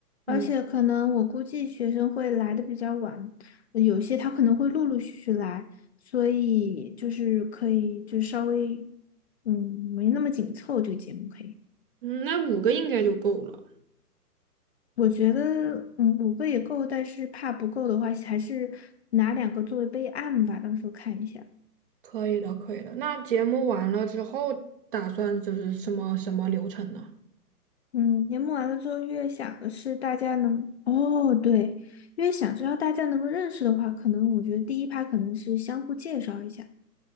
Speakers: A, on the right (about 35°); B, on the left (about 45°).
A: 嗯
B: 而且可能我估计学生会来的比较晚，有些他可能会陆陆续续来，所以就是可以就稍微嗯没那么紧凑这个节目可以。
A: 嗯，那五个应该就够了。
B: 我觉得嗯五个也够，但是怕不够的话，还是拿两个作为备案吧，到时候看一下。
A: 可以的，可以的。那节目完了之后，打算就是什么什么流程呢？
B: 嗯，年末完了之后，越想的是大家能哦对，越想知道大家能够认识的话，可能我觉得第一趴可能是相互介绍一下，